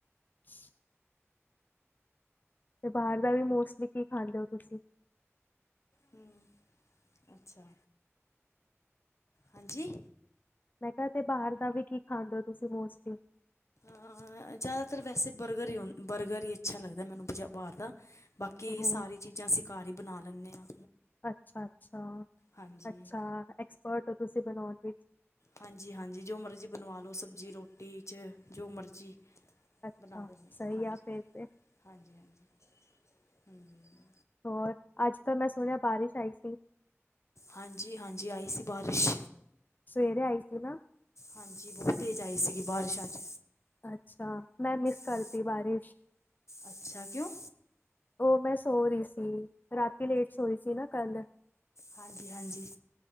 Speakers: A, on the left; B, on the left.
A: <unintelligible> ਤੇ ਬਾਰ ਦਾ ਵੀ ਮੋਸਟਲੀ ਕੀ ਖਾਂਦੇ ਓ ਤੁਸੀਂ?
B: ਹੂੰ, ਅੱਛਾ। ਹਾਂਜੀ।
A: ਮੈਂ ਕਿਹਾ ਤੇ ਬਾਹਰ ਦਾ ਵੀ ਕੀ ਖਾਂਦੇ ਓ, ਤੁਸੀਂ ਮੋਸਟਲੀ।
B: ਆ ਜ਼ਿਆਦਾਤਰ ਵੈਸੇ ਬਰਗਰ ਈ ਬਰਗਰ ਈ ਅੱਛਾ ਲੱਗਦਾ। ਮੈਨੂੰ ਬਾਹਰ ਦਾ ਬਾਕੀ
A: ਉਹ
B: ਸਾਰੀ ਚੀਜ਼ਾਂ ਅਸੀਂ ਘਰ ਈ ਬਣਾ ਲੈਂਣੇ ਆ।
A: ਅੱਛਾ, ਅੱਛਾ,
B: ਹਾਂਜੀ
A: ਅੱਛਾ ਐਕਸਪਰਟ ਓ ਤੁਸੀਂ ਬਣਾਉਣ ਵਿੱਚ।
B: ਹਾਂਜੀ-ਹਾਂਜੀ ਜੋ ਮਰਜ਼ੀ ਬਣਵਾ ਲਓ, ਸਬਜ਼ੀ ਰੋਟੀ ਚ ਜੋ ਮਰਜ਼ੀ।
A: ਅੱਛਾ
B: ਬਣਾ ਦਿਨੀ
A: ਸਹੀ
B: ਹਾਂਜੀ,
A: ਆ ਫੇਰ ਤੇ
B: ਹਾਂਜੀ, ਹਾਂਜੀ ਹੂੰ।
A: ਹੋਰ ਅੱਜ ਤਾਂ ਮੈਂ ਸੁਣਿਆ ਬਾਰਿਸ਼ ਆਈ ਸੀ।
B: ਹਾਂਜੀ-ਹਾਂਜੀ ਆਈ ਸੀ। ਬਾਰਿਸ਼
A: ਸਵੇਰੇ ਆਈ ਸੀ ਨਾ।
B: ਹਾਂਜੀ, ਬਹੁਤ ਤੇਜ਼ ਆਈ ਸੀਗੀ ਬਾਰਿਸ਼ ਅੱਜ।
A: ਅੱਛਾ, ਮੈਂ ਮਿਸ ਕਰਤੀ
B: ਹਾਂ
A: ਬਾਰਿਸ਼।
B: ਅੱਛਾ, ਕਿਉਂ?
A: ਓ ਮੈਂ ਸੋ ਰਹੀ ਸੀ। ਰਾਤੀ ਲੇਟ ਸੋਈ ਸੀ, ਨਾ ਕੱਲ
B: ਹਾਂਜੀ-ਹਾਂਜੀ।